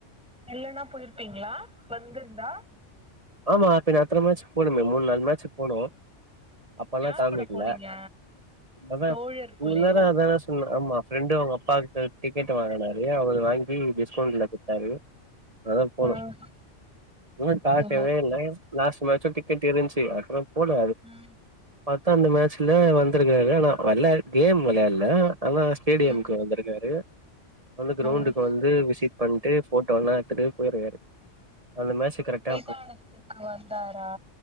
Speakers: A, in the centre; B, on the right (about 30°).
A: இல்லனா போயிருப்பீங்களா வந்திருந்தா
B: ஆமா, பின்னே அத்தன மேட்சுக்கு போனமே, மூணு நாலு மேட்சுக்கு போனோ பண
A: யார்
B: காமிக்கல
A: கூட போனீங்க
B: அத
A: தோழர் கூலயா
B: இவ்ளோ நேரோ அதானே சொன்னே ஆமா ஃப்ரெண்டு அவுங்க அப்பாகிட்ட டிக்கெட்ட வாங்கனாரு அவரு வாங்கி டிஸ்கவுண்ட்ல குடுத்தாரு அதா போனு
A: ம்
B: இன்வேட் காட்
A: ஓ
B: லாஸ்ட் மேட்சுயு கிரிக்கெட் இருந்துச்சு அதுக்கு நா போல
A: ம்
B: பத்தா இந்த மேட்சல வந்திருக்காக ஆனா வர்ல கேம் விளையாட்ல அதா ஸ்டேடியமுக்கு
A: ம்
B: வந்திருக்காரு வந்து கிரௌண்டுக்கு
A: ம்
B: வந்து விசிட் பண்ணிட்டு போட்டோலா எடுத்துட்டு போயிருக்காரு அந்த மாரி சிகரெடா
A: தானத்துக்கு வந்தாரா